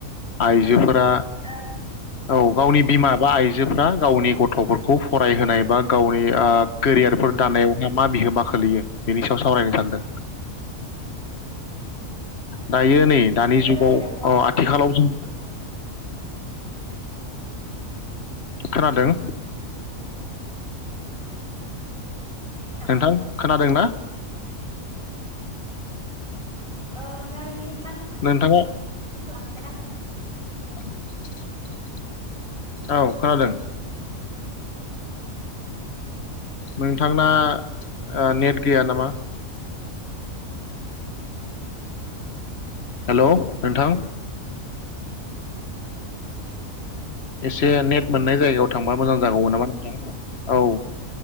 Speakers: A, on the left; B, on the right.
A: आइजोफोर आ
B: औ
A: औ गावनि बिमा बा आइज जोफोरा गावनि गथ'फोरखौ फरायहोनाय बा गावन बे आह केरियारफोर
B: औ
A: दानायावहाय मा बिहोमा खोलैयो बेनि सायाव सावरायनो सानदों। दायो नै
B: नोंथांनि
A: दानि जुगाव
B: रायलायनायखौ आं
A: अ आथिखालाव जों
B: बावबाय नोंथां
A: खोनादों
B: नामा?
A: नोंथां खोनादोंना?
B: औ नोंथां नोंनि माथ
A: नोंथाङा
B: <unintelligible>
A: <inaudible> औ खोनादों नोंथांना ओ नेट गैया नामा हेलौ नोंथां एस से नेट मोननाय जायगायाव थांबा मोजां जागौमोन नामा नोंथां औ